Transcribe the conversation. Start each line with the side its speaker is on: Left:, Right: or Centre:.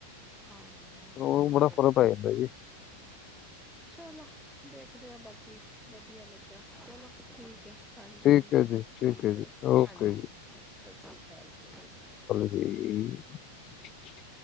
Centre: ਹਾਂਜੀ-ਹਾਂਜੀ,
Left: ਉਹ
Centre: ਓਈ
Left: ਬੜਾ
Centre: ਏ
Left: ਫ਼ਰਕ
Centre: ਨਾ।
Left: ਪੈ ਜਾਂਦਾ <inaudible>
Centre: ਚਲੋ ਦੇਖਦੇ ਆਂ ਬਾਕੀ ਵਦੀਆ ਲੱਗਾ ਚਲੋ ਠੀਕ ਏ। ਹਾਂਜੀ,
Left: ਠੀਕ ਹੈ ਜੀ
Centre: ਠੀਕ
Left: ਹੈ ਜੀ
Centre: ਏ
Left: ਓਕੇ
Centre: ਹਾਂਜੀ ਠੀਕ
Left: ਜੀ
Centre: ਏ ਸਸ੍ਰੀ ਕਾਲ ਜੀ ਸਸ ਸ੍ਰੀ ਕਾਲ।
Left: <unintelligible>